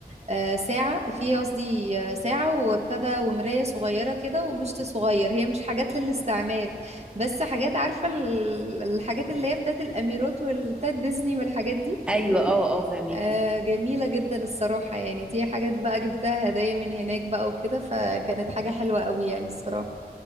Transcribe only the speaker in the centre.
ايوه اه اه فهميكي